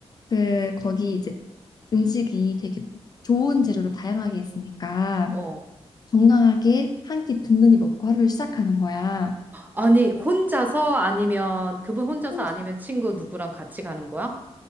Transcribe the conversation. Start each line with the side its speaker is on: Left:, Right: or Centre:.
Left: 그 거기 이제 음식이 되게 좋은 재료로 다양하게 있으니까
Right: 어.
Left: 건강하게 한 끼 든든히 먹고 하루를 시작하는 거야.
Right: 아니, 혼자서 아니면, 그분 혼자서
Left: 혼자,
Right: 아니면 친구 누구랑 같이 가는 거야?